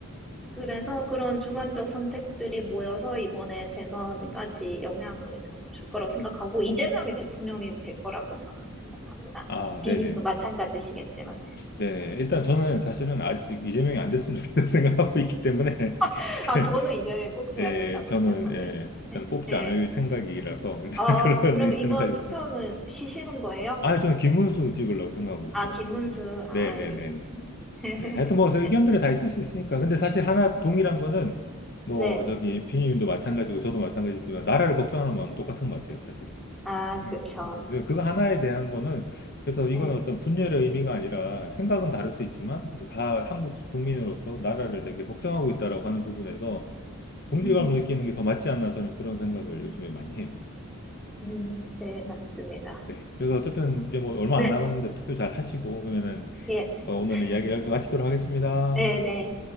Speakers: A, in the centre; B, on the left.
A: 그래서 그런 주관적 선택들이 모여서 이번에 대선까지 영향을 저는 줄 거라고 생각하고, 이재명이 대통령이 될 거라고 저는 생각합니다.
B: 아,
A: 비님도
B: 네네.
A: 마찬가지시겠지만.
B: 네, 일단 저는 사실은 아직 이재명이 안 됐으면 좋겠다고 <laughs> 생각하고 있기 때문에,
A: <laughs>
B: <laughs>
A: 아, 저는 이재명이 꼭 돼야
B: 예,
A: 된다고
B: 저는,
A: 생각하고
B: 예,
A: 있습니다.
B: 일단 뽑지
A: 예, 예.
B: 않을 생각이라서, 일단
A: 아,
B: <laughs> 그런
A: 그럼
B: 의견은
A: 이번
B: 가지고
A: 투표는
B: 있습니다.
A: 쉬시는 거예요?
B: 아, 저는 김문수 찍으려고 생각하고 있어요.
A: 아, 김문수. 아,
B: 네네네.
A: 알겠어요.
B: 네, 네, 네.
A: <laughs>
B: 네, 하여튼 뭐, 의견들이 다 있을 수 있으니까. 근데 사실 하나 동일한 거는, 뭐,
A: 네.
B: 저기, 비님도 마찬가지고, 저도 마찬가지지만, 나라를 걱정하는 마음은 똑같은 것 같아요, 사실은.
A: 아, 그쵸.
B: 음, 그래서 이제 그거 하나에 대한 거는 그래서 이거는
A: 네.
B: 어떤 분열의 의미가 아니라 생각은 다를 수 있지만 뭐 다 한국 국민으로서 나라를 되게 걱정하고 있다라고 하는 부분에서 동질감을
A: 음,
B: 느끼는 게 더 맞지 않나 저는 그런 생각을 요즘에 많이 해요.
A: 음, 네, 맞습니다.
B: 네. 그래서 어쨌든 이제 뭐 얼마
A: 네,
B: 안 남았는데 투표 잘 하시고 그러면은
A: 예.
B: 어, 오늘은
A: <laughs>
B: 이야기를 여기서 마치도록 하겠습니다.
A: 네, 네.